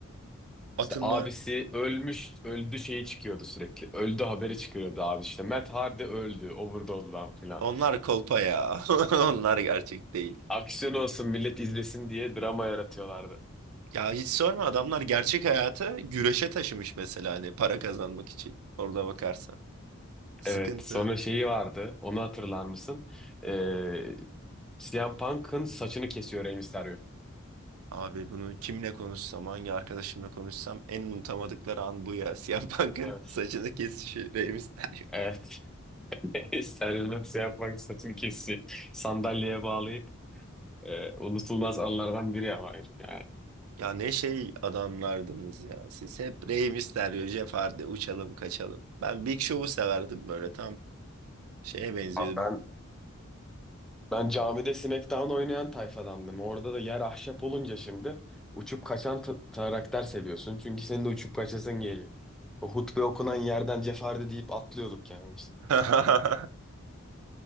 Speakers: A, on the right (about 85°); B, in the centre.
A: atılma.
B: İşte abisi ölmüş, öldü şeyi çıkıyordu sürekli. Öldü haberi çıkıyordu abi işte. Matt Hardy öldü, overdose'dan filan.
A: Onlar kolpa ya. <laughs> Onlar gerçek değil.
B: Aksiyon olsun millet izlesin diye drama yaratıyorlardı.
A: Ya hiç sorma adamlar gerçek hayatı güreşe taşımış mesela hani para kazanmak için. Orada bakarsan. Sıkıntı.
B: Evet, sonra şeyi vardı. Onu hatırlar mısın? Ee, CM Punk'ın saçını kesiyor Rey Mysterio.
A: Abi bunu kimle konuşsam, hangi arkadaşımla konuşsam en unutamadıkları an bu ya. <laughs> siyah Punk'ın
B: Evet.
A: saçını kesişi Rey Mysterio.
B: Evet. <laughs> Steriliniz yapmak saçım kesici. Sandalyeye bağlayıp e, unutulmaz anlardan biri ama herif yani.
A: Ya ne şey adamlardınız ya. Siz hep Rey Mysterio, Jeff Hardy, uçalım kaçalım. Ben Big Show'u severdim böyle tam şeye benziyordu.
B: Abi ben ben camide Smackdown oynayan tayfadandım. Orada da yer ahşap olunca şimdi uçup kaçan ta- karakter seviyorsun. Çünkü senin de uçup kaçasın geliyor. O hutbe okunan yerden cefardı deyip atlıyorduk yani. biz.
A: <laughs>